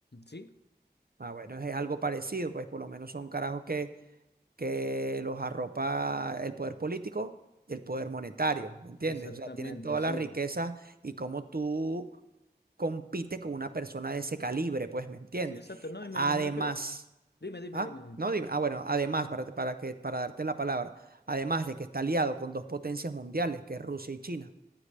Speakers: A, on the left (about 80°); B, on the right (about 60°).
A: Sí,
B: Ah, bueno, es algo parecido, pues por lo menos son carajos que que los arropa el poder político y el poder monetario, ¿me ¿entiendes?
A: exactamente,
B: O sea, tienen todas
A: sí.
B: las riquezas y cómo tú compites con una persona de ese calibre, pues, ¿me entiendes?
A: Sí, exacto, no, y me
B: Además,
A: imagino que... Dime, dime,
B: ¿ah?
A: dime, dime.
B: No, dime, ah, bueno, además, para, para que, para darte la palabra, además de que está aliado con dos potencias mundiales, que es Rusia y China.